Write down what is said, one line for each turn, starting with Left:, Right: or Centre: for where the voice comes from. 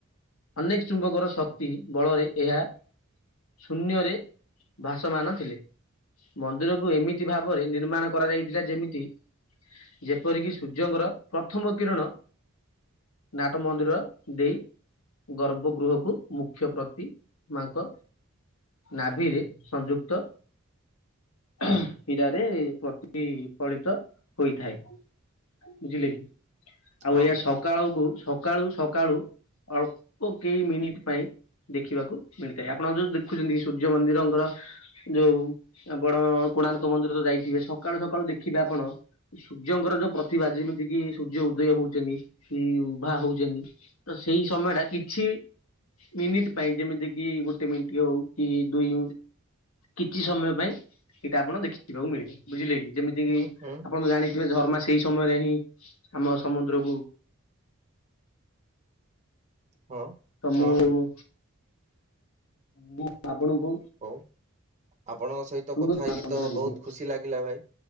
Left: ଅନେକ୍ ଚୁମ୍ବକର ଶକ୍ତି ବଳରେ, ଏହା ଶୂନ୍ୟରେ ଭାସମାନ ଥିଲେ। ମନ୍ଦିରକୁ ଏମିତି ଭାବରେ ନିର୍ମାଣ କରାଯାଇଥିଲା। ଯେମିତି ଯେପରିକି ସୂର୍ଯ୍ୟଙ୍କର ପ୍ରଥମ କିରଣ ନାଟ ମନ୍ଦିର ଦେଇ ଗର୍ଭ ଗୃହକୁ ମୁଖ୍ୟ ପ୍ରତି ମାଙ୍କ ନାଭିରେ ସଂଯୁକ୍ତ <unintelligible> ହୀରାରେ ପ୍ରତି ବିଫଳିତ ହୋଇଥାଏ। ବୁଝିଲେ କି? ଆଉ
Right: ହଁ
Left: ଏହା ସକାଳକୁ-ସକାଳୁ-ସକାଳୁ ଅଳ୍ପ କେଇ ମିନିଟ୍ ପାଇଁ ଦେଖିବାକୁ ମିଳିଥାଏ। ଆପଣ ଯୋଉ ଦେଖୁଛନ୍ତି ସୂର୍ଯ୍ୟ ମନ୍ଦିରଙ୍କର ଯୋଉ ଆପଣ କୋଣାର୍କ ମନ୍ଦିର ତ ଯାଇଥିବେ? ସକାଳୁ ସକାଳୁ ଦେଖିବେ ଆପଣ ଏ ସୂର୍ଯ୍ୟଙ୍କର ଯୋଉ ପ୍ରତିଭା। ଯିମିତି କିି ସୂର୍ଯ୍ୟ ଉଦୟ ହଉଛନ୍ତି କି ଉଭା ହଉଛନ୍ତି। ତ ସେଇ ସମୟଟା କିଛି ମିନିଟ୍ ପାଇଁ। ଯେମିତି କି ଗୋଟେ ମିଣ୍ଟି ହଉ କି ଦୁଇ କିଛି ସମୟ ପାଇଁ ଏଇଟା ଆପଣ ଦେଖିବାକୁ ମିଳିବ। ବୁଝିଲେ କି, ଯେମିତି କି
Right: ହୁଁ ହୁଁ
Left: ଆପଣ ଜାଣି ଏ ଧର୍ମା ସେଇ ସମୟରେ ହିଁ ଆମ ସମୁଦ୍ରକୁ
Right: ହଁ।
Left: ତ ମୁଁ,
Right: ହଁ
Left: ମୁଁ ଆପଣଙ୍କୁ
Right: ହଉ ଆପଣଙ୍କ ସହିତ
Left: ଅନୁରୋଧ
Right: କଥା
Left: କରନ୍ତୁ
Right: ହେଇକି ତ
Left: ଯିବେ
Right: ବହୁତ ଖୁସି ଲାଗିଲା ଭାଇ।